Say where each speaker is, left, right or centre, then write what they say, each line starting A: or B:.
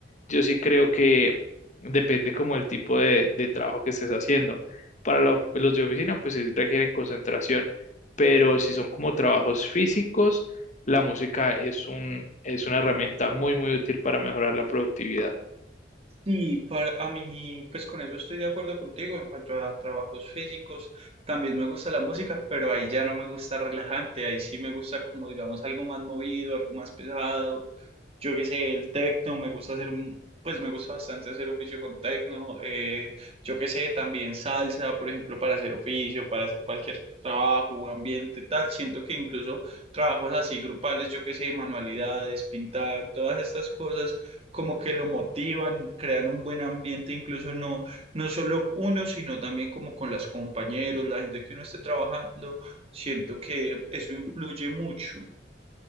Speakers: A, on the left; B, on the right.
A: yo sí creo que depende como el tipo de, de trabajo que estés haciendo. Para la of- los de oficina, pues sí requieren concentración, pero si son como trabajos físicos, la música es un, es una herramienta muy, muy útil para mejorar la productividad.
B: Sí, para a mí, pues con eso estoy de acuerdo contigo en cuanto a trabajos físicos. También me gusta la música, pero ahí ya no me gusta relajante. Ahí sí me gusta como, digamos, algo más movido, algo más pesado. Yo qué sé, el tecno, me gusta hacer, mu- pues me gusta bastante hacer oficio con tecno, eh, yo qué sé, también salsa, por ejemplo, para hacer oficio, para hacer cualquier trabajo, ambiente, tal. Siento que incluso trabajos así grupales, yo qué sé, manualidades, pintar, todas estas cosas como que lo motivan, crean un buen ambiente, incluso no, no solo uno, sino también como con los compañeros, la gente que uno esté trabajando. Siento que eso influye mucho.